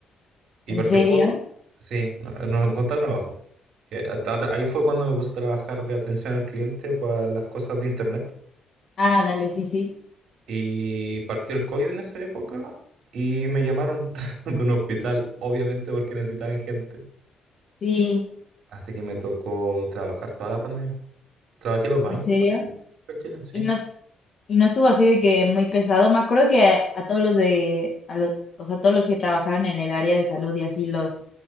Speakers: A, on the right; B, on the left.
A: Y
B: ¿En
A: partió
B: serio?
A: el COVID. Sí, no, no encontraba trabajo. Eh, hasta atra- ahí fue cuando me puse a trabajar de atención al cliente para las cosas de internet.
B: Ah, dale, sí, sí.
A: Y partió el COVID en esa época y me llamaron <laughs> de un hospital, obviamente porque necesitaban gente.
B: Sí,
A: Así que me tocó trabajar toda la pandemia. Trabajé los baños
B: ¿en serio?
A: de pandemia acá en Chile, sí.
B: Y no, y no estuvo así de que muy pesado. Me acuerdo que a, todos los de, a lo- o sea, todos los que trabajaban en el área de salud y así los,